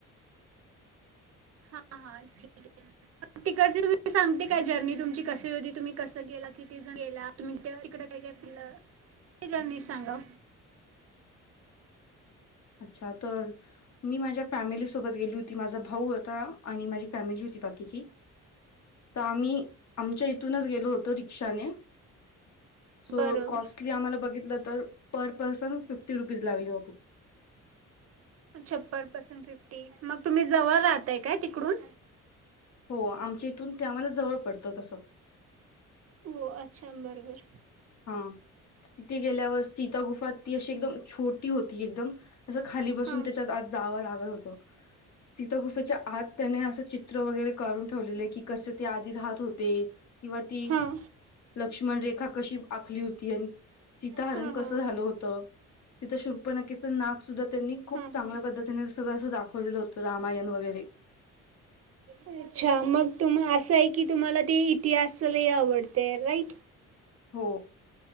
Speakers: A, on the right (about 50°); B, on the left (about 60°).
A: हा हा ठीक आहे. तिकटची तुम्ही सांगते काय जर्नी तुमची कशी होती तुम्ही कसं गेला किती जण गेला तुम्ही त काय काय फिरलं, जर्नी सांगा.
B: <inaudible> अच्छा तर मी माझ्या फॅमिली सोबत गेली होती माझा भाऊ होता आणि माझी फॅमिली बाकिची तर आम्ही आमच्या इथूनच गेलो होतो रिक्षाने. सो
A: बरोबर
B: कॉस्टली आम्हाला बघितलं तर पर पर्सन फिफ्टी रुपीज लागली होते.
A: अच्छा पर परसन फिफ्टी मग तुम्ही जवळ राहताय काय तिकडून.
B: हो आमच्या इथून ते आम्हाला जवळ पडतं तसं
A: हो अच्छा बरोबर.
B: हा. तिथे गेल्यावर सीता गुफा ती अशी एकदम छोटी होती एकदम असं खाली बसून
A: हां
B: त्याच्यात आत जाव लागत होत सीता घुफेच्या आत त्याने असं चित्र वगैरे काढून ठेवलेलं की कसे ते आधी राहत होते. किंवा ती
A: हां
B: लक्ष्मण रेखा कशी आखली होती आणि सीत हारण
A: हां
B: कसं
A: हां
B: झालं होतं तिथं शुर्पनाकेचं नाक सुद्धा त्यांनी खूप
A: हां हां
B: चांगल्या पद्धतीने सगळं असं दाखवलेलं होतं रामायण वगैरे.
A: अच्छा मग तुम असं आहे की तुम्हाला ते इतिहास लय आवडतेय राईट.
B: हो.